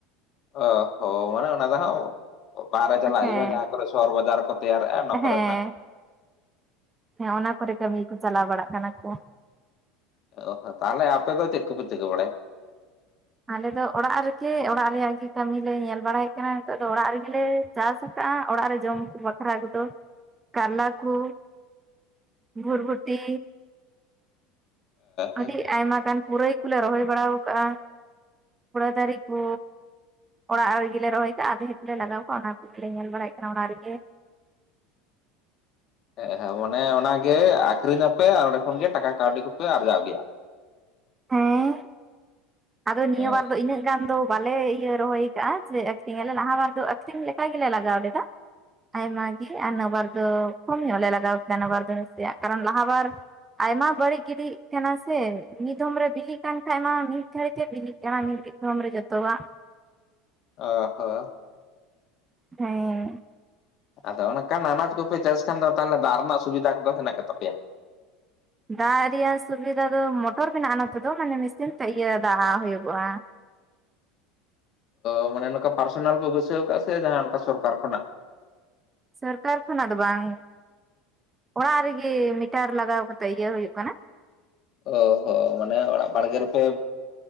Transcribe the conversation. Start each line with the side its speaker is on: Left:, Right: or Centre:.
Left: ᱚ ᱦᱚ ᱢᱟᱱᱮ ᱚᱱᱟ ᱫᱚ ᱦᱟᱸᱜ ᱚᱠᱟᱨᱮ ᱪᱟᱞᱟᱜ
Right: ᱦᱮᱸ
Left: ᱦᱩᱭᱩᱜᱼᱟ ᱡᱟᱦᱟᱸ ᱠᱚᱨᱮ ᱥᱚᱨᱚᱦᱚᱨ ᱵᱟᱡᱟᱨ ᱠᱚ ᱛᱮᱭᱟᱨᱮᱜ-ᱟ ᱱᱚ ᱠᱚᱨᱮ
Right: ᱦᱮᱸ
Left: ᱱᱟ᱾
Right: ᱦᱮᱸ ᱚᱱᱟ ᱠᱚᱨᱮ ᱠᱟᱹᱢᱤ ᱠᱚ ᱪᱟᱞᱟᱣ ᱵᱟᱲᱟᱜ ᱠᱟᱱᱟ ᱠᱚ᱾
Left: ᱚ ᱦᱚ ᱛᱟᱦᱞᱮ ᱟᱯᱮ ᱫᱚ ᱪᱮᱫ ᱠᱚᱯᱮ ᱪᱤᱠᱟᱹ ᱵᱟᱲᱟᱭ?
Right: ᱟᱞᱮ ᱫᱚ ᱚᱲᱟᱜ ᱨᱮᱜᱮ ᱚᱲᱟᱜ ᱨᱮᱭᱟᱜ ᱜᱮ ᱠᱟᱹᱢᱤ ᱞᱮ ᱧᱮᱞ ᱵᱟᱲᱟᱭᱮᱫ ᱠᱟᱱᱟ ᱱᱤᱛᱚᱜ ᱫᱚ ᱚᱲᱟᱜ ᱨᱮᱜᱮ ᱪᱟᱥᱟ᱾ ᱠᱟᱜᱼᱟ ᱚᱲᱟᱜ ᱨᱮ ᱡᱚᱢ ᱠᱚ ᱵᱟᱠᱷᱨᱟ ᱠᱚᱫᱚ ᱠᱟᱨᱞᱟ ᱠᱚ᱾ ᱵᱷᱩᱨᱵᱷᱚᱨᱴᱤ
Left: ᱦᱮᱸ
Right: ᱟᱹᱰᱤ ᱟᱭᱢᱟ ᱜᱟᱱ ᱯᱩᱨᱟᱹᱭ ᱠᱚᱞᱮ ᱨᱚᱦᱚᱭ ᱵᱟᱲᱟᱣᱟᱠᱟᱜᱼᱟ ᱫᱟᱨᱤ ᱠᱚ ᱚᱲᱟᱜ ᱨᱮᱜᱮ ᱞᱮ ᱨᱚᱦᱚᱭ ᱠᱟᱜᱼᱟ ᱟᱫᱷᱮ ᱠᱚᱞᱮ ᱞᱟᱜᱟᱣ ᱠᱟᱜ ᱚᱱᱟ ᱠᱚᱜᱮᱞᱮ ᱧᱮᱞ ᱵᱟᱲᱟᱭᱮᱫ ᱠᱟᱱᱟ ᱚᱱᱟ ᱨᱮᱜᱮ
Left: ᱦᱮᱸ ᱦᱮᱸ ᱢᱟᱱᱮ ᱚᱱᱟᱜᱮ ᱟᱠᱷᱨᱤᱧ ᱟᱯᱮ ᱟᱨ ᱚᱸᱰᱮ ᱠᱷᱚᱱ ᱜᱮ ᱴᱟᱠᱟ ᱠᱟᱹᱣᱰᱤ ᱠᱚᱯᱮ ᱟᱨᱡᱟᱣ ᱜᱮᱭᱟ
Right: ᱦᱮᱸ, ᱟᱫᱚ ᱱᱤᱭᱟᱹ
Left: ᱦᱮᱸ
Right: ᱵᱟᱨ ᱫᱚ ᱤᱱᱟᱹᱜ ᱜᱟᱱ ᱫᱚ ᱵᱟᱞᱮ ᱤᱭᱟᱹ ᱨᱚᱦᱚᱭ ᱟᱠᱟᱜᱼᱟ ᱥᱮ ᱟᱹᱠᱷᱨᱤᱝ ᱟᱞᱮ ᱞᱟᱦᱟ ᱵᱟᱨ ᱫᱚ ᱟᱹᱠᱷᱨᱤᱝ ᱞᱮᱠᱟ ᱜᱮᱞᱮ ᱞᱟᱜᱟᱣ ᱞᱮᱫᱟ᱾ ᱟᱭᱢᱟ ᱜᱮ ᱟᱨ ᱱᱟᱹᱵᱟᱨ ᱫᱚ ᱠᱚᱢ ᱧᱚᱜ ᱞᱮ ᱞᱟᱜᱟᱣ ᱠᱮᱫᱟ ᱱᱟᱹᱵᱟᱨ ᱫᱚ ᱱᱟᱥᱮᱭᱟᱜ ᱠᱟᱨᱚᱱ ᱞᱟᱦᱟ ᱵᱟᱨ ᱟᱭᱢᱟ ᱵᱟᱹᱲᱤᱡ ᱜᱤᱰᱤᱜ ᱠᱟᱱᱟ ᱥᱮ ᱢᱤᱫ ᱢᱤᱫ ᱫᱷᱚᱢ ᱨᱮ ᱵᱤᱞᱤᱜ ᱠᱟᱱ ᱠᱷᱟᱡ ᱢᱟ ᱢᱤᱫ ᱜᱷᱟᱹᱲᱤᱡᱛᱮ ᱵᱤᱞᱤᱜ ᱠᱟᱱᱟ ᱢᱤᱫ ᱫᱷᱚᱢ ᱨᱮ ᱡᱚᱛᱚᱣᱟᱜ᱾
Left: ᱚ ᱦᱚ᱾
Right: ᱦᱮᱸ᱾
Left: ᱟᱫᱚ ᱚᱱᱠᱟᱱ ᱟᱱᱟᱡᱽ ᱠᱚᱯᱮ ᱪᱟᱥ ᱠᱷᱟᱱ ᱫᱚ ᱛᱟᱦᱚᱞᱮ ᱫᱟᱜ ᱨᱮᱱᱟᱜ ᱥᱩᱵᱤᱫᱷᱟ ᱠᱚᱫᱚ ᱦᱮᱱᱟᱜ ᱜᱮ ᱛᱟᱯᱮᱭᱟ?
Right: ᱫᱟᱜ ᱨᱮᱭᱟᱜ ᱥᱩᱵᱤᱫᱷᱟ ᱫᱚ ᱢᱚᱴᱚᱨ ᱢᱮᱱᱟᱜᱼᱟ, ᱱᱚᱛᱮ ᱫᱚ ᱢᱟᱱᱮ ᱢᱮᱥᱤᱱ ᱛᱮ ᱤᱭᱟᱹ ᱫᱟᱜ ᱦᱩᱭᱩᱜᱚᱜᱼᱟ᱾
Left: ᱚ ᱢᱟᱱᱮ ᱱᱚᱝᱠᱟ ᱯᱟᱨᱥᱚᱱᱟᱞ ᱯᱮ ᱵᱟᱹᱭᱥᱟᱹᱣ ᱠᱚᱜ-ᱟ ᱥᱮ ᱡᱟᱦᱟᱸ ᱚᱱᱠᱟ ᱥᱚᱨᱠᱟᱨ ᱠᱷᱚᱱᱟᱜ?
Right: ᱥᱚᱨᱠᱟᱨ ᱠᱷᱚᱱᱟᱜ ᱫᱚ ᱵᱟᱝ, ᱚᱲᱟᱜ ᱨᱮᱜᱮ ᱢᱤᱴᱟᱨ ᱞᱟᱜᱟᱣ ᱠᱟᱛᱮ ᱤᱭᱟᱹ ᱦᱩᱭᱩᱜ ᱠᱟᱱᱟ᱾
Left: ᱚᱦᱚ ᱢᱟᱱᱮ ᱚᱲᱟᱜ ᱵᱟᱲᱜᱮ ᱨᱮᱯᱮ